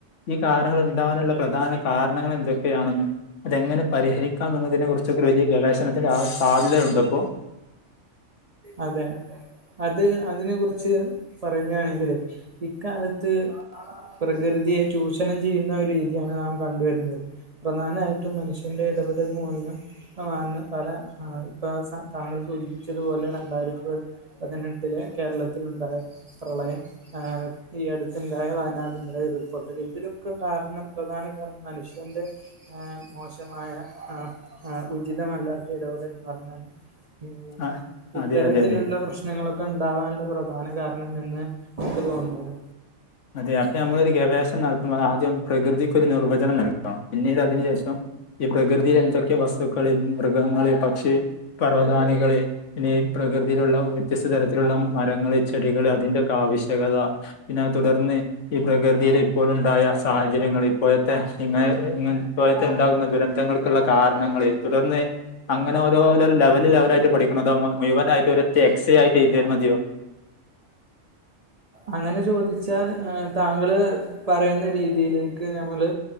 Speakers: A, on the left; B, on the right.
A: <unintelligible> ഈ കാരണങ്ങൾ ഉണ്ടാവാനുള്ള പ്രധാന കാരണങ്ങൾ എന്തൊക്കെയാണെന്നു അതെങ്ങനെ പരിഹരിക്കാം എന്നതിനെ കുറിച്ചൊക്കെ വലിയ ഗവേഷണത്തിന്റെ ആവ സാധ്യതയുണ്ടോപ്പൊ.
B: അതെ അത് അതിനെ കുറിച്ച് പറയുകയാണെങ്കില് ഇക്കാലത്ത് പ്രകൃതിയെ ചൂഷണം ചെയ്യുന്ന ഒരു രീതിയാണ് നാം കണ്ടുവരുന്നത്. പ്രധാനായിട്ടും മനുഷ്യന്റെ ഇടപെടൽ മൊഴിഞ്ഞ <unintelligible> പല ആഹ് ഇപ്പ സ താങ്കൾ സൂചിപ്പിച്ചതുപോലെ രണ്ടായിരത്തി പ പതിനെട്ടിലെ കേരളത്തിലുണ്ടായ പ്രളയം ആഹ് ഈ അടുത്തുണ്ടായ വയനാട്ണ്ടായ ഉരുൾപൊട്ടല് ഇതിലൊക്കെ കാരണം പ്രധാന മനുഷ്യന്റെ ഏഹ് മോശമായ ഏഹ് ഏഹ് ഉചിതമല്ലാത്ത ഇടപെടൽ <unintelligible>
A: <inaudible>
B: ഇത്തരത്തിലുള്ള
A: അതെ അതെ
B: പ്രശ്നങ്ങളൊക്കെ ഇണ്ടാവാനുള്ള പ്രധാന കാരണം എന്ന് എനിക്ക് തോന്നണത്
A: അതെ അപ്പ നമ്മളൊരു ഗവേഷണം നടത്തുമ്പോ ആദ്യം പ്രകൃതിക്കൊരു നിർവചനം നടക്കണം പിന്നീട് അതിനു ശേഷം ഈ പ്രകൃതീല് എന്തൊക്കെ വസ്തുക്കള് മൃഗങ്ങള് പക്ഷി പറവതാനികള് പിന്നെ ഈ പ്രകൃതിയിലുള്ള വ്യത്യസ്ത തരത്തിലുള്ള മരങ്ങള് ചെടികള് അതിന്റെയൊക്കെ ആവശ്യകത പിന്നെ അത് തുടർന്ന് ഈ പ്രകൃതിയിൽ ഇപ്പോളുണ്ടായ സാഹചര്യങ്ങൾ ഇപ്പോഴത്തെ ഇങ്ങ ഇങ്ങനെപ്പോലത്തെ ഉണ്ടാകുന്ന ദുരന്തങ്ങൾ ക്കുള്ള കാരണങ്ങൾ തുടർന്ന് അങ്ങനെ ഓരോരോ ലെവല് ലെവലായിട്ട് പഠിക്കണോ അതോ മുഴുവനായിട്ട് ഒരറ്റ എക്സെയായിട്ട് എയ്തിയാ മതിയോ
B: അങ്ങനെ ചോദിച്ചാൽ താങ്കള് പറയുന്ന രീതിയിലേക്ക് ഞമ്മള്